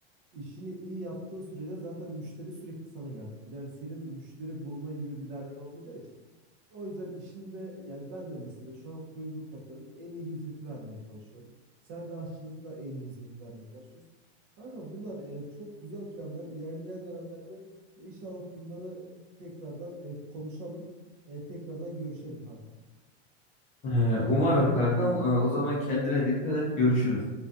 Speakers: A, on the right; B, on the left.
A: işini iyi yaptığın sürece zaten müşteri sürekli sana gelecektir. Yani senin müşteri bulma gibi bir derdin olmayacağı için o yüzden işinde yani ben de mesela şu an kuyumculuk yapıyorum. En iyi hizmeti vermeye çalışıyorum. Sen de aşçılıkta en iyi hizmeti vermeye çalışıyorsun. Kanka bunlar e, çok güzel planlar. İlerleyen dönemlerde e, inşallah bunları tekrardan e, konuşalım. E, tekrardan görüşelim kanka.
B: E, umarım kankam. E, o zaman kendine dikkat et. Görüşürüz.